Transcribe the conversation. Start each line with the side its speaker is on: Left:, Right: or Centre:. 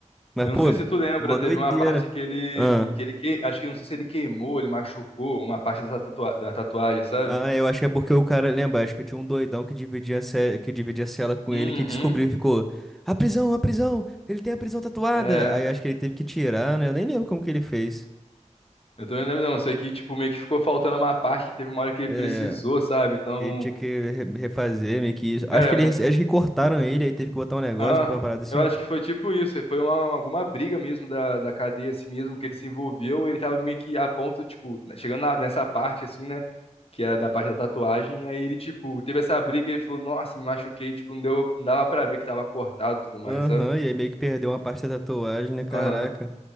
Centre: Mas,
Left: Eu
Centre: pô,
Left: não sei se tu lembra,
Centre: mó
Left: teve
Centre: doideira.
Left: uma parte que ele,
Centre: Ah.
Left: que ele, que, acho que eu não sei se ele queimou, ele machucou uma parte dessa tatua, da tatuagem, sabe?
Centre: Ah, eu acho que é porque o cara, lembra, acho que tinha um doidão que dividia, a ce- que dividia a cela com
Left: Uhum.
Centre: ele que descobriu e ficou, a prisão, a prisão, ele tem a prisão tatuada.
Left: É.
Centre: Aí acho que ele teve que tirar, né? Eu nem lembro como que ele fez.
Left: Eu também não lembro, não. Isso aqui, tipo, meio que ficou faltando uma parte, teve uma hora que ele
Centre: É,
Left: precisou, sabe? Então,
Centre: ele tinha que re- refazer meio que isso. Acho
Left: cara,
Centre: que
Left: é
Centre: ele,
Left: uma-
Centre: acho que cortaram ele, aí teve que botar um negócio,
Left: ah,
Centre: não foi uma parada assim?
Left: eu acho que foi tipo isso. Foi uma, alguma briga mesmo da, da cadeia, assim mesmo, que ele se envolveu. Ele tava meio que a ponto, tipo, né, chegando na- nessa parte, assim, né? Que era da parte da tatuagem. Aí ele, tipo, teve essa briga e ele falou, nossa, me machuquei. Tipo, não, deu, não dava pra ver que tava cortado e tudo mais,
Centre: Aham,
Left: sabe?
Centre: e aí meio que perdeu uma parte da tatuagem, né? Caraca.
Left: Aham.